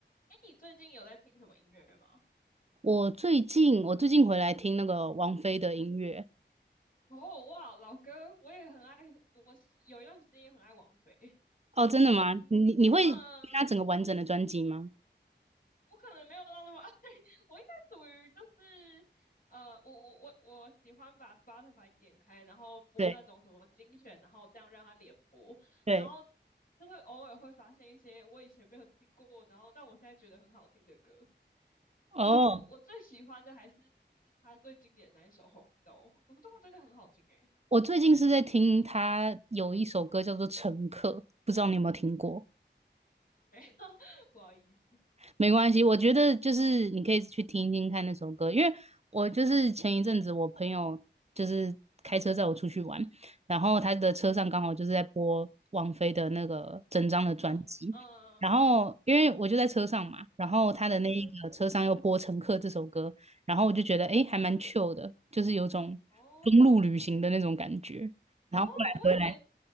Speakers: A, on the left; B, on the right.
A: 哎，你最近有在听什么音乐吗？
B: 我最近我最近回来听那个王菲的音乐
A: 哦，哇，老哥，我也很爱，我是有一段时间也很爱王菲。
B: 哦，真的吗？
A: 你都听？
B: 你你会听她整个完整的专辑吗？
A: 嗯，我可能没有到那么爱，<laughs> 我应该属于就是，呃，我我我我喜欢把 Spotify 点开，然后播那种什么精选，
B: 对
A: 然后这样让它连播，
B: 对
A: 然后就会偶尔会发现一些我以前没有听过，然后但我现在觉得很好听的歌。
B: 哦，
A: 可是我我最喜欢的还是就是他最经典的那一首《红豆》，《红豆》真的很好听诶。
B: 我最近是在听她有一首歌叫做《乘客》，不知道你有没有听过？
A: <laughs> 没有，<laughs> 不好意思，
B: 没关系，我觉得就是你可以去听听看那首歌，因为我就是前一阵子我朋友就是开车载我出去玩，然后他的车上刚好就是在播王菲的那个整张的专辑，
A: 红，嗯
B: 然后因为我就在车上嘛，然后他的那一个车上又播《乘客》这首歌，
A: 嗯哼，
B: 然后我就觉得诶还蛮 chill 的，就是有种公路旅行的那种感觉，
A: 哦哦，
B: 然后后来回来，
A: 我以为，